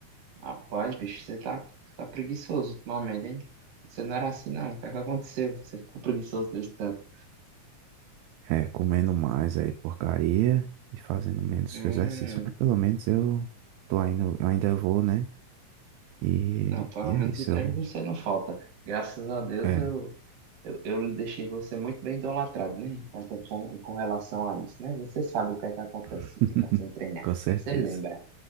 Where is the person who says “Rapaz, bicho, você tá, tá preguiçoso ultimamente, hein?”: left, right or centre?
Right